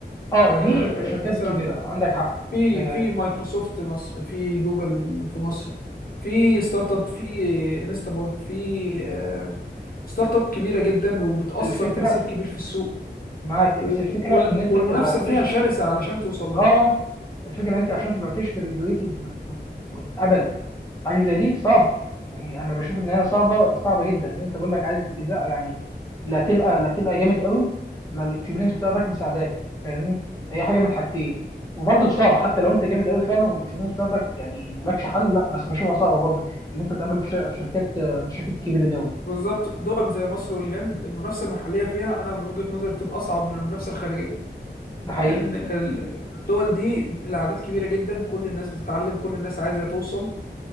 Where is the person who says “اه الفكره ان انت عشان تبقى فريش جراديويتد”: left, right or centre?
Left